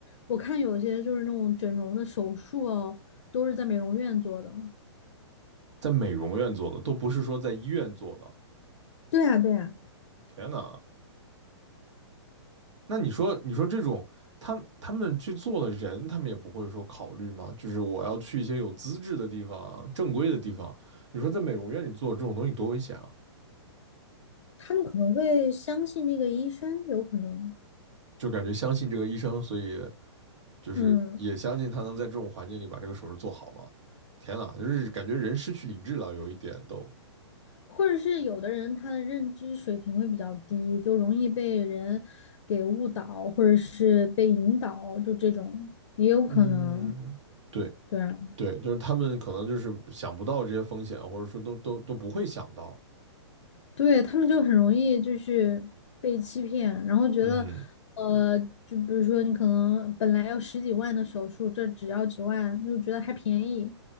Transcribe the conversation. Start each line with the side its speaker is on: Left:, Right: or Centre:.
Left: 我看有些就是那种整容的手术哦，都是在美容院做的。
Right: 在美容院做的，都不是说在医院做的。
Left: 对啊，对啊，
Right: 天哪，那你说，你说这种他他们去做的人，他们也不会说考虑吗？就是我要去一些有资质的地方啊、正规的地方。你说在美容院里做这种东西多危险啊！
Left: 他们可能会相信那个医生，有可能，
Right: 就感觉相信这个医生，所以就是也相信他能在这种环境里把这个手术做好吗？
Left: 嗯。
Right: 天哪，就是感觉人失去理智了，有一点都，
Left: 或者是有的人他的认知水平会比较低，就容易被人给误导，或者是被引导，就这种也有可能。
Right: 嗯，对
Left: 对啊，
Right: 对，就是他们可能就是想不到这些风险，或者说都都都不会想到，
Left: 对，他们就很容易就是被欺骗，然后觉得，
Right: 嗯，
Left: 呃，就比如说你可能本来要十几万的手术，这只要几万，就觉得还便宜，